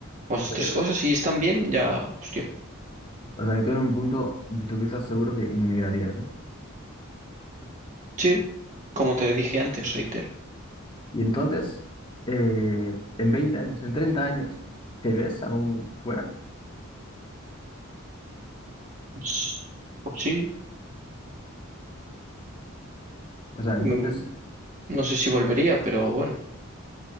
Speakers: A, on the right; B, on the left.
A: Pues esas
B: O sea
A: tres
B: que,
A: cosas, si están bien, ya, hostia.
B: o sea que tú en un punto de tu vida seguro que inmigrarías, ¿no?
A: Sí, como te dije antes, reitero.
B: Y entonces, eh, en 20 años, en 30 años, ¿te ves aún fuera?
A: Pues pues sí,
B: O sea,
A: mm,
B: entonces,
A: no sé si volvería, pero bueno.